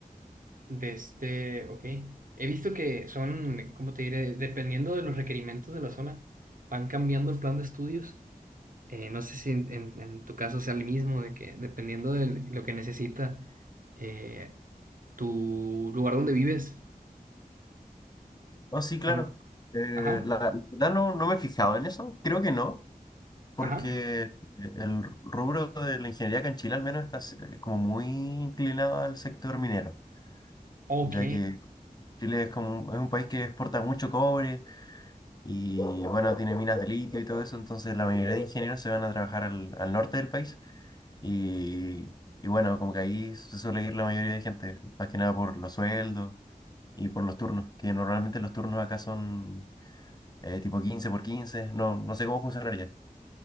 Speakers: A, on the right (about 65°); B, on the left (about 25°).
A: De este, ok. He visto que son, cómo te diré? Dependiendo de los requerimientos de la zona, van cambiando el plan de estudios. Eh, no sé si en, en- en tu caso sea el mismo, de que dependiendo de lo que necesita eh, tu lugar donde vives.
B: Oh, sí, claro.
A: O no-
B: Eh,
A: Ajá,
B: la verdad no, no me he fijado en eso. Creo que no, porque
A: ajá.
B: eh, el rubro de la ingeniería acá en Chile al menos está eh, como muy inclinado al sector minero,
A: Ok.
B: ya que Chile es como un- es un país que exporta mucho cobre y bueno, tiene minas de litio y todo eso, entonces la mayoría de ingenieros se van a trabajar al al norte del país Y, y bueno, como que ahí se suele ir la mayoría de gente, más que nada por los sueldos y por los turnos, que normalmente los turnos acá son eh, tipo 15 por quince no, no sé cómo funcionaría,